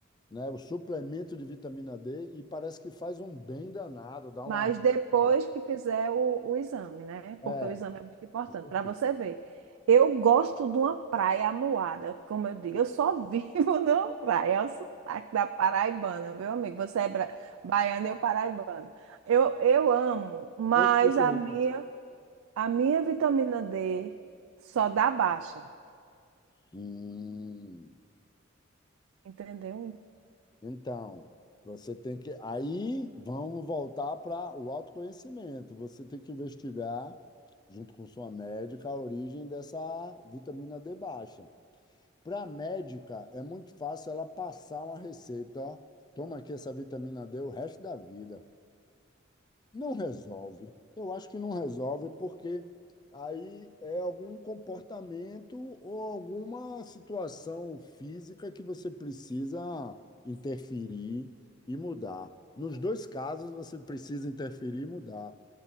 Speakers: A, on the left (about 20°); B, on the right (about 85°).
A: né? O suplemento de vitamina D e parece que faz um bem danado, dá
B: Mas
A: uma
B: depois
A: reforçada.
B: que fizer o, o exame, né? Porque
A: É,
B: o exame é muito importante
A: com certeza.
B: para você ver. Eu gosto de uma praia amuada, como eu digo, eu só vivo <laughs> numa praia. É o sotaque da paraibana, meu amigo. Você é bra... baiana, eu paraibana. Eu, eu amo, mas
A: Eu sei o
B: a minha,
A: que é isso.
B: a minha vitamina D só dá baixa,
A: Hum.
B: entendeu?
A: Então, você tem que. Aí vamos voltar para o autoconhecimento. Você tem que investigar, junto com sua médica, a origem dessa vitamina D baixa. Para a médica, é muito fácil ela passar uma receita, ó. Toma aqui essa vitamina D o resto da vida. Não resolve. Eu acho que não resolve porque aí é algum comportamento ou alguma situação física que você precisa interferir e mudar. Nos dois casos, você precisa interferir e mudar,